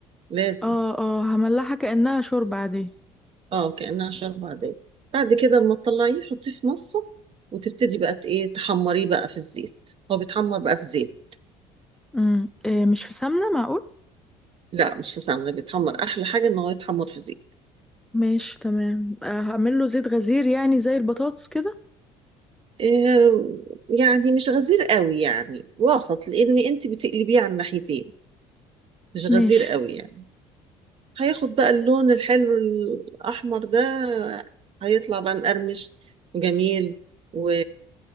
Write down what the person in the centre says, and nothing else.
اه اه هملحها كأنها شوربة عادية
امم إيه مش في سمنة معقول
ماشي تمام آه، هعمل له زيت غزير يعني زي البطاطس كده
ماشي